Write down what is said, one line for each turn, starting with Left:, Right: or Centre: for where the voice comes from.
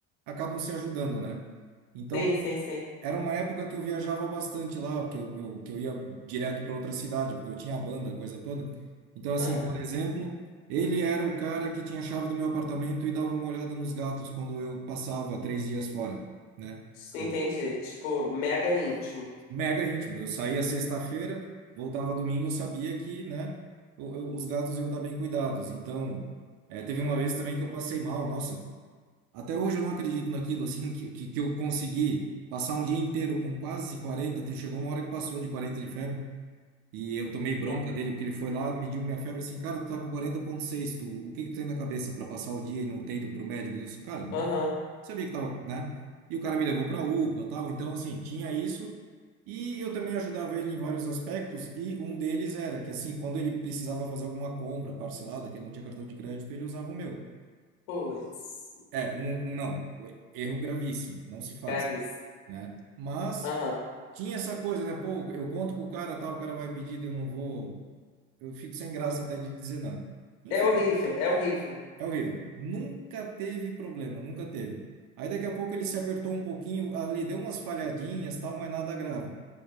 Right: acabam se ajudando, né? Então,
Left: Sim, sim, sim.
Right: era uma época que eu viajava bastante lá, que eu, eu- que eu ia direto para outra cidade, porque eu tinha a banda, a coisa toda. Então, assim,
Left: Aham.
Right: por exemplo, ele era o cara que tinha a chave do meu apartamento e dava uma olhada nos gatos quando eu passava três dias fora, né?
Left: Entendi.
Right: Eu,
Left: Tipo, mega íntimo.
Right: mega íntimo. Eu saía sexta-feira, voltava domingo, eu sabia que, né, o- eu- os gatos iam estar bem cuidados. Então, eh, teve uma vez também que eu passei mal. Nossa, até hoje eu não acredito naquilo, assim, que, que, que eu consegui passar um dia inteiro com quase 40 até chegou uma hora que passou de 40 de febre, e eu tomei bronca
Left: Tá.
Right: dele, porque ele foi lá, mediu minha febre, assim, cara, tu tá com quarenta vírgula seis tu, o que que tu tem na cabeça para passar o dia e não ter ido pro médico? Eu disse, cara, eu não
Left: Aham.
Right: sabia que tava, né? E o cara me levou
Left: Aham.
Right: pra UPA, tal, então, assim, tinha isso, e eu também ajudava ele em vários aspectos, e um deles era que, assim, quando ele precisava fazer alguma compra parcelada, que ele não tinha cartão de crédito, ele usava o meu.
Left: Putz,
Right: É, um, um não, erro gravíssimo, não se faz,
Left: grave isso.
Right: né? Mas
Left: Aham.
Right: tinha essa coisa, né? Pô, eu conto com o cara, tal, o cara vai pedir, eu não vou. Eu fico sem graça até de dizer não. Enfim,
Left: É horrível, é horrível.
Right: é horrível. Nunca teve problema, nunca teve. Aí daqui a pouco ele se apertou um pouquinho, ali deu umas falhadinhas, tal, mas nada grave,